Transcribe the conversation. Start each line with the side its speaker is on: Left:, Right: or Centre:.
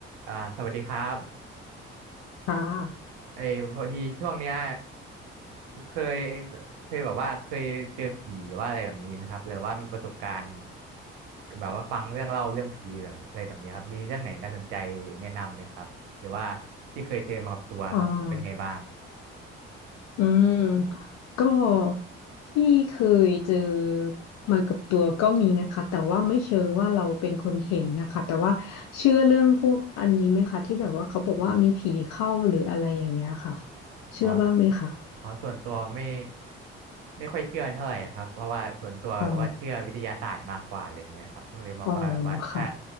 Right: อ่าสวัสดีครับ
Left: ค่ะ
Right: เอยพอดีช่วงเนี้ยเคยเคยแบบว่าเคยเจอผีหรือว่าอะไรแบบนี้ไหมครับหรือว่ามีประสบการณ์แบบว่าฟังเรื่องเล่าเรื่องผีแบบอะไรแบบนี้ครับมีเรื่องไหนน่าสนใจแนะนำไหมครับหรือว่าที่เคยเจอมากับตัวครับเป็นยังไงบ้าง
Left: อ่าอืมก็ที่เคยเจอมากับตัวก็มีนะคะแต่ว่าไม่เชิงว่าเราเป็นคนเห็นนะคะแต่ว่าเชื่อเรื่องพวกอันนี้ไหมคะที่แบบว่าเขาบอกว่ามีผีเข้าหรืออะไรอย่างเงี้ยค่ะ เชื่อบ้างไหมคะ
Right: อ๋ออ๋อส่วนตัวไม่ไม่ค่อยเชื่อเท่าไหร่ครับเพราะว่าส่วนตัวว่าเชื่อวิทยาศาสตร์มากกว่าอะไรเงี้ยครับก็เลยมองว่าแบบว่าถ้า
Left: อ๋ออ๋อค่ะ